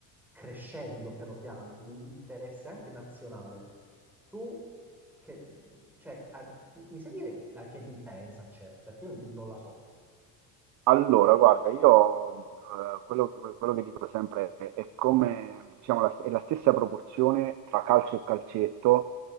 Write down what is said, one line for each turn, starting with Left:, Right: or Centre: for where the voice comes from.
Centre: crescendo piano piano come interesse anche nazionale. Tu, che, cioè, a- mi sai dire la, che differenza c'è? Perché io non la so.
Right: Allora, guarda, io eh, quello, quello che dico sempre è, è come, diciamo, la, è la stessa proporzione tra calcio e calcetto,